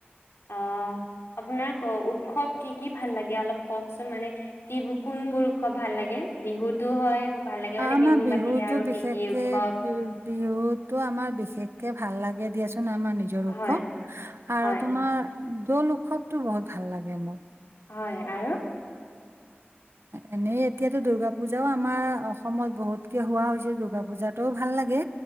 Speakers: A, on the left; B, on the right.
A: অ', আপোনাক উৎসৱ কি কি ভাল লাগে অলপ কওকচোন মানে কিবোৰ কোন বিহু উৎসৱ ভাল লাগে বিহুতো হয় ভাল লাগে
B: অ',
A: মানে
B: আমাৰ
A: বিহুৰ
B: বিহুতো
A: বাহিৰে আৰু
B: বিশেষকে
A: কি কি উৎসৱ
B: বি বিহুতো আমাৰ বিশেষকে ভাল লাগে দিয়াচোন আমাৰ নিজৰ উৎসৱ
A: হয়।
B: আৰু
A: হয়
B: তোমাৰ দৌল উৎসৱটো বহুত ভাল লাগে মোৰ।
A: হয় আৰু <inaudible>
B: এনেই এতিয়াতো দুূৰ্গা পূজাও আমাৰ অসমত বহুতকে হোৱা হৈছে দূৰ্গা পূজাটোও ভাল লাগে